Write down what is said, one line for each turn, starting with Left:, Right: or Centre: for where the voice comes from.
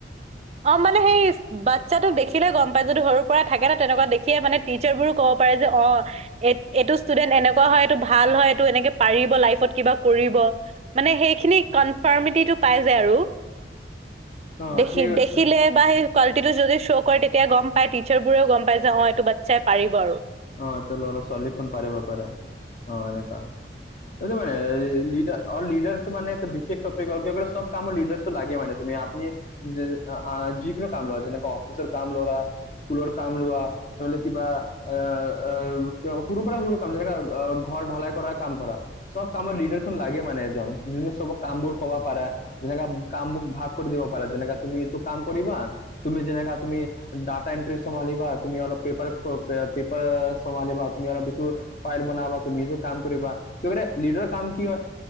Right: অ'! মানে সেই, বাচ্ছা তোক দেখিলেই গম পাই। যদি, সৰুৰ পৰা থাকে ন' তেনেকুৱা দেখিয়ে মানে টিচাৰ বোৰো ক'ব পাৰে যে অ'। এ এইটো ষ্টুডেন্ট এনেকুৱা হয়, এইটো ভাল হয়, এইটো এনেকে পাৰিব লাইফত কিবা কৰিব। মানে সেইখিনি কনফাৰ্মিটিটো পাই যায় আৰু।
Left: অ
Right: দেখি
Left: ঠিক
Right: দে
Left: আছে
Right: সেই কোৱালিটি টো যদি শ্ব' কৰে তেতিয়া গম পাই টিচাৰ বোৰেও গম পায় যে অ এইটো বাচ্ছাই পাৰিব আৰু।
Left: অ'! ত' ল'ৰা -ছোৱালীখন পাৰিব পাৰে। অ'! এনেকা। এইটো মানে, লিডাৰ, অ'! লিডাৰটো মানে, বিশেষ টপিকত, কিহৰ কাৰণে, চব কামৰ লিডাৰ লাগে মানে। তুমি, আপুনি আঁ যিকোনো কাম লোৱা, যেনেকে অফিচৰ কাম ল়'লা। স্কুলৰ কাম লোৱা? নহ'লে কিবা <unintelligible> সৰু পৰা, সৰু কাম। যেনেকে, ঘৰ ঢালাই কৰা কাম ধৰা। চব কামৰ, লিডাৰ লাগে মানে এজন! যেনে চবৰ কামবোৰ ক'বা পাৰা? যেনেকা কামবোৰ ভাগ কৰি দিব পাৰে। যেনেকা, তুমি এইটো কাম কৰিবা? তুমি যেনেকা, তুমি ডাটা এণ্ট্ৰি চম্ভালিবা? তুমি অলপ পেপাৰ ক্ৰপ পে, পেপাৰ চম্ভলিবা? তুমি আৰু <unintelligible> ফাইল বনাবা তুমি? এইটো কাম কৰিবা? কি কৰে, লিডাৰৰ কাম কি হয়?